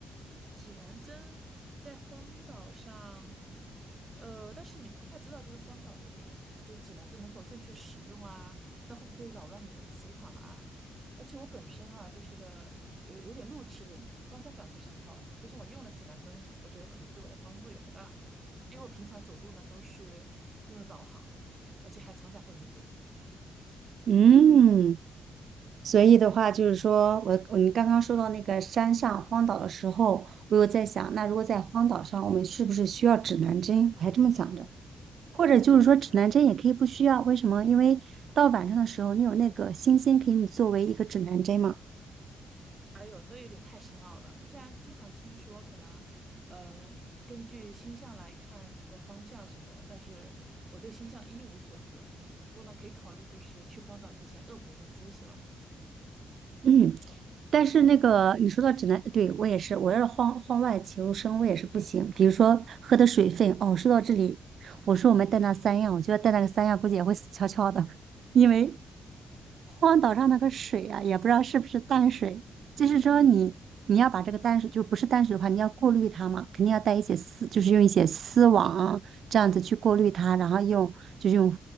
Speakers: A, on the right; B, on the right.
A: 指南针在荒岛上，呃，但是你不太知道，就是荒岛那边，就是指南针能否正确使用啊？它会不会扰乱你的磁场啊？而且我本身哈、就是一个有有点路痴的人，方向感不是很好，就是我用了指南针，我觉得可能对我的帮助也不大，因为我平常走路呢都是用了导航，而且还常常会迷路。
B: 嗯，所以的话，就是说我我们刚刚说到那个山上荒岛的时候，我有在想，那如果在荒岛上，我们是不是需要指南针？我还这么想着。或者就是说指南针也可以不需要，为什么？因为到晚上的时候，你有那个星星给你作为一个指南针嘛。
A: 哎呦，这有点太深奥了。虽然经常听说可能，呃，根据星象来看这个方向什么的，但是我对星象一无所知。不过呢，可以考虑就是去荒岛之前恶补一下知识吧。
B: 嗯，但是那个你说到指南，对，我也是，我要是晃晃外求生，我也是不行。比如说喝的水分，哦，说到这里，我说我们带那三样，我觉得带那个三样估计也会死翘翘的，因为荒岛上那个水啊，也不知道是不是淡水，就是说你你要把这个淡水，就不是淡水的话，你要过滤它嘛，肯定要带一些丝，就是用一些丝网啊这样子去过滤它，然后用就是用